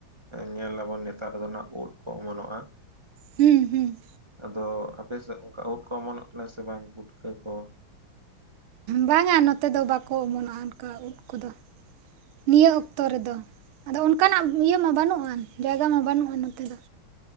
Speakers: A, on the right; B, on the right.
A: ᱧᱮᱞ ᱟᱵᱚᱱ ᱱᱮᱛᱟᱨ ᱫᱚ ᱱᱟᱜ ᱩᱸᱫ ᱠᱚ ᱚᱢᱚᱱᱚᱜᱼᱟ᱾
B: ᱦᱩᱸ ᱦᱩᱸ,
A: ᱟᱫᱚ ᱟᱯᱮ ᱥᱮᱫ ᱚᱱᱠᱟ ᱩᱸᱫ ᱠᱚ ᱚᱢᱚᱱᱚᱜ ᱠᱟᱱᱟ ᱥᱮ ᱵᱟᱝ ᱯᱩᱴᱠᱟᱹ ᱠᱚ?
B: ᱵᱟᱝᱟ, ᱱᱚᱛᱮ ᱫᱚ ᱵᱟᱠᱚ ᱚᱢᱚᱱᱚᱜᱼᱟ ᱚᱱᱠᱟ ᱩᱸᱫ ᱠᱚᱫᱚ᱾ ᱱᱤᱭᱟᱹ ᱚᱠᱛᱚ ᱨᱮᱫᱚ, ᱟᱫᱚ ᱚᱱᱠᱟᱱᱟᱜ ᱤᱭᱟᱹ ᱢᱟ ᱵᱟᱹᱱᱩᱜᱼᱟ, ᱡᱟᱭᱜᱟ ᱢᱟ ᱵᱟᱹᱱᱩᱜᱼᱟ ᱱᱚᱛᱮ ᱫᱚ᱾